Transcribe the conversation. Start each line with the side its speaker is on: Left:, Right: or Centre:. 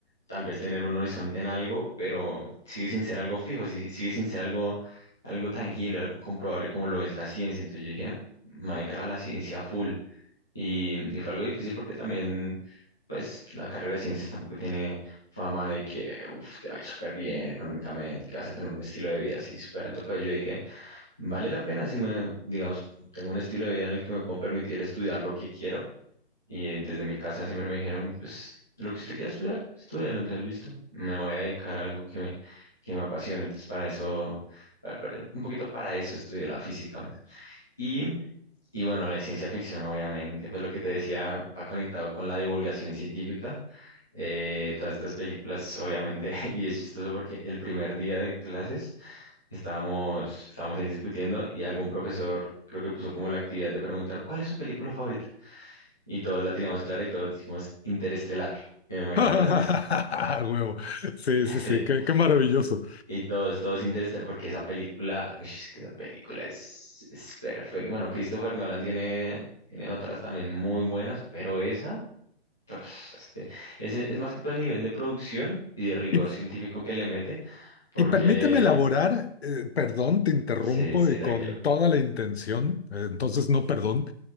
Centre: tal vez tener un horizonte en algo, pero sigue sin ser algo fijo, si- sigue sin ser algo, algo tangible, algo comprobable como lo es la ciencia. Entonces yo dije, me voy a dedicar a la ciencia full. Y, y fue algo difícil porque también, pues, la carrera de ciencias tampoco tiene fama de que uf, te va a ir súper bien económicamente, que vas a tener un estilo de vida así súper alto, pero yo dije, vale la pena si me, digamos, tengo un estilo de vida en el que me puedo permitir estudiar lo que quiero. Y eh, desde mi casa siempre me dijeron, pues, lo que usted quiera estudiar, estudialo, entonces listo, me voy a dedicar a algo que me, que me apasione. Entonces, para eso, para- para- un poquito para eso estudié la física. Y y bueno, la de ciencia ficción, obviamente, pues lo que te decía, ha conectado con la divulgación científica. Eh, todas estas películas, obviamente, <laughs> y es chistoso porque el primer día de clases estábamos, estábamos ahí discutiendo y algún profesor creo que puso como la actividad de preguntar, ¿cuál es su película favorita? Y todos la teníamos clara y todos dijimos Interestelar, que me
Left: <laughs>
Centre: imagino
Left: A
Centre: que la has visto.
Left: Huevo. Sí,
Centre: <laughs>
Left: sí, sí, qué, qué maravilloso.
Centre: Y todo es, todo es interesante porque esa película, uy, es que esa película es, es perfecta. Bueno, Christopher Nolan tiene, tiene otras también muy buenas, pero esa, pues es que ese es más que todo el nivel de producción y de rigor
Left: Y,
Centre: científico que le mete, porque
Left: y permíteme elaborar, eh, perdón, te interrumpo
Centre: sí, sí,
Left: y
Centre: tranquilo.
Left: con toda la intención, eh, entonces no, perdón,